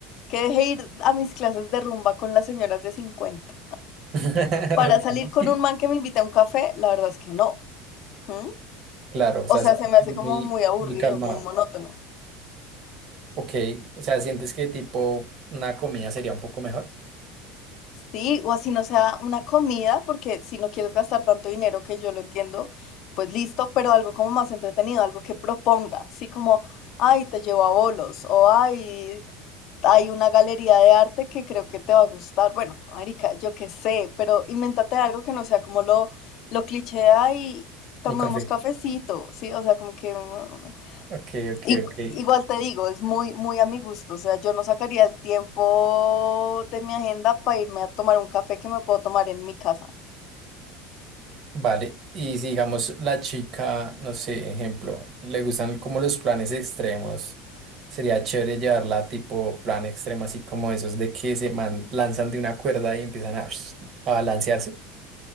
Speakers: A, on the left; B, on the right.
A: que dejé ir a mis clases de rumba con las señoras de 50
B: <laughs>
A: para salir con un
B: Ok,
A: man que me invite a un café, la verdad es que no. ¿Mm?
B: Claro, o sea,
A: O sea,
B: sí,
A: se me hace
B: es
A: como
B: muy,
A: muy aburrido,
B: muy calmado.
A: muy monótono.
B: Ok, o sea, ¿sientes que tipo una comida sería un poco mejor?
A: Sí, o así no sea una comida, porque si no quieres gastar tanto dinero, que yo lo entiendo, pues listo, pero algo como más entretenido, algo que proponga, así como, ay, te llevo a bolos, o ay, hay una galería de arte que creo que te va a gustar. Bueno, marica, yo qué sé, pero invéntate algo que no sea como lo, lo cliché, ay, tomemos
B: Un café.
A: cafecito, ¿sí? O sea, como que, mm,
B: Ok, ok,
A: I-
B: ok.
A: Igual te digo, es muy, muy a mi gusto. O sea, yo no sacaría el tiempo de mi agenda para irme a tomar un café que me puedo tomar en mi casa.
B: Vale. Y si digamos la chica, no sé, ejemplo, le gustan como los planes extremos, sería chévere llevarla tipo plan extremo, así como esos de que se man- lanzan de una cuerda y empiezan a, a balancearse.